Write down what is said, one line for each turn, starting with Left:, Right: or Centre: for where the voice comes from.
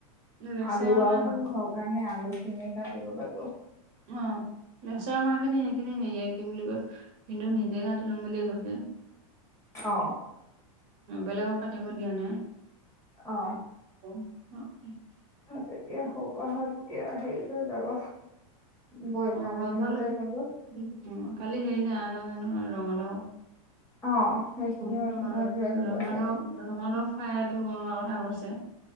Right: লেচেৰা
Left: আলু আৰু মাংসৰ কাৰণে আলুখিনি কাটিব পাৰিব
Right: অ লেচেৰা মাহ খিনি সেইখিনি হেৰিয়াই কি বুলি কয় কিন্তু নিজে কাটি লম বুলিয়ে কৈ
Left: অ
Right: বেলেগক কাটিব দিয়া নাই
Left: অ
Right: অ
Left: ত এতিয়া সোপাহত তেতিয়া হেৰিলৈ যাব ব্ৰইলাৰ
Right: অ বজাৰলৈ
Left: আনিবলৈ যাব
Right: কালি হেৰি নাই আনা নাই নহয় ৰঙালাও
Left: অ সেইখিনিও
Right: <unintelligible>
Left: একেবাৰে লৈ আহিব
Right: ৰঙালাও-ৰঙালাও
Left: চাগে
Right: ফ্ৰাইটো বনোৱা কথা কৈছে।